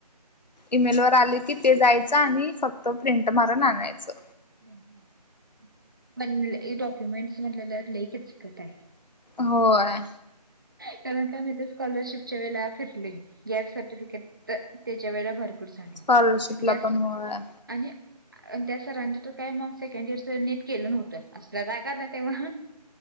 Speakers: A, on the left (about 80°); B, on the right (about 30°).
A: ईमेल वर आले कि ते जायचं, आणि फक्त प्रिंट मारून आणायचं.
B: म्हण ल हे डॉक्युमेंटस, म्हणलं लई किचकट आहे.
A: होय!
B: कारण काय माहितीये, स्कॉलरशिप चे वेळ ला फितले, गॅप सर्टिफिकेट, त त्याच्या वेळेला भर पूर झाली
A: स्कॉलरशिपला
B: जास्त
A: पण होय
B: आणि आणि त्या सरांनी तर काय मग, सेकंड इयरच नीट केलं नव्हतं, असल काय करं अं हं